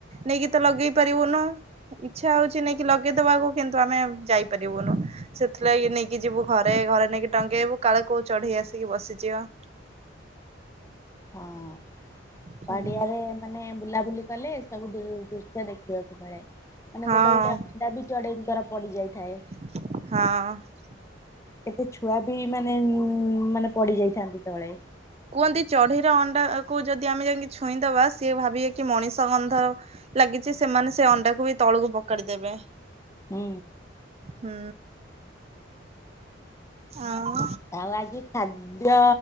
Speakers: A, on the right (about 35°); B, on the left (about 15°).
A: ନେଇକି ତ ଲଗେଇ ପାରିବୁନୁ? ଇଚ୍ଛା ହଉଛି ନେଇକି ଲଗେଇଦବାକୁ କିନ୍ତୁ ଆମେ ଯାଇପାରିବୁନୁ? ସେଥିଲାଗି ନେଇକି ଯିବୁ ଘରେ ଘରେ ନେଇକି ଟଙ୍ଗେଇବୁ କାଳେ କୋଉ ଚଢେଇ ଆସିକି ବସିଯିବ।
B: ହଁ,
A: ହୁଁ
B: ପାଡିଆରେ ମାନେ ବୁଲା ବୁଲି କଲେ, ସବୁ ଦୃଶ୍ୟ ଦେଖିବାକୁ ମିଳେ, ମାନେ
A: ହଁ
B: ଗୋଟେ ଗୋଟେ ଣ୍ଡା ବି ଚଢେଇଙ୍କର ପଡିଯାଇଥାଏ।
A: ହଁ।
B: କେତେ ଛୁଆ ବି ମାନେ ଉଁ ମାନେ ପଡି ଯାଇଥାନ୍ତି ତଳେ।
A: କୁହନ୍ତି ଚଢ଼େଇର ଅଣ୍ଡା କୁ ଯଦି ଆମେ ଯାଇକି ଛୁଇଁଦବା, ସିଏ ଭାବିବେ କି ମଣିଷ ଗନ୍ଧ ଲାଗିଚି, ସେମାନେ ସେ ଅଣ୍ଡାକୁ ବି ତଳକୁ ପୋକାଡି ଦେବେ।
B: ଉଁ।
A: ହୁଁ। ଆଉ?
B: ଆଉ ଆଜି ଖାଦ୍ୟ